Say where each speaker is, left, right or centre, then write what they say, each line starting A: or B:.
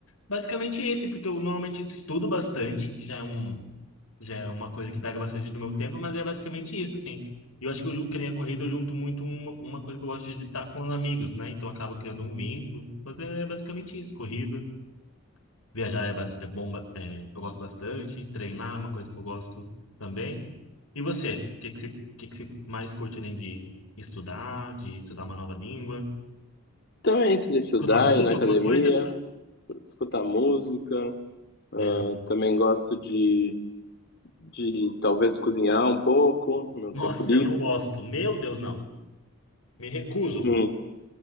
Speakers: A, on the left; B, on the left.
A: basicamente esse, porque eu normalmente estudo bastante, que já é um, já é uma coisa que pega bastante do meu tempo, mas é basicamente isso, assim. E eu acho que eu, ju- que nem a corrida eu junto muito uma, uma coisa que eu gosto de estar com os amigos, né? Então acaba criando um vínculo, mas é basicamente isso, corrida. Viajar é, ba- é bom, ba- é, eu gosto bastante, treinar é uma coisa que eu gosto também. E você? O que que você, o que que você mais curte além de estudar, de estudar uma nova língua?
B: Também, se de estudar,
A: Escutar música,
B: ir na academia,
A: alguma coisa?
B: escutar música. Ah,
A: É, não.
B: também gosto de, de talvez cozinhar um pouco, no meu
A: Nossa,
B: tempo livre.
A: eu não gosto. Meu Deus, não. Me recuso.
B: Hum,